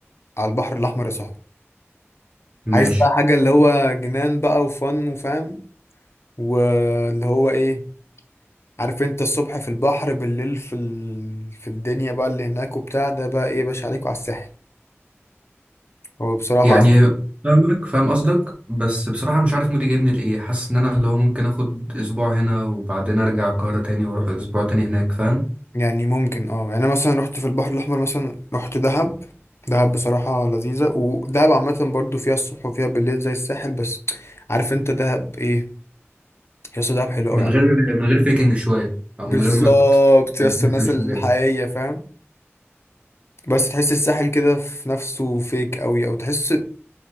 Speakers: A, on the left; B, on the right.
A: على البحر الاحمر يا صاحبي عايز
B: ماشي
A: بقى حاجه اللي هو جنان بقى وفن وفاهم واللي هو ايه عارف انت الصبح في البحر بالليل في ال... في الدنيا بقى اللي هناك وبتاع ده بقى ايه يا باشا عليك وعلى الساحل هو بصراحه
B: يعني فاهمك فاهم قصدك بس بصراحة مش عارف مودي جايبني لإيه حاسس إن أنا اللي هو ممكن آخد أسبوع هنا وبعدين أرجع القاهرة تاني وأروح أسبوع تاني هناك فاهم
A: يعني ممكن اه يعني انا مثلا رحت في البحر الاحمر مثلا رحت دهب دهب بصراحه لذيذه ودهب عامه برضو فيها الصبح وفيها بالليل زي الساحل بس عارف انت دهب ايه يا اسطى دهب حلو قوي
B: من
A: يا عم
B: غير من غير فيكنج شوية أو
A: بالظبط
B: من غير ما
A: يا
B: تمثل
A: اسطى الناس الحقيقيه
B: شوية
A: فاهم بس تحس الساحل كده في نفسه فيك قوي او تحس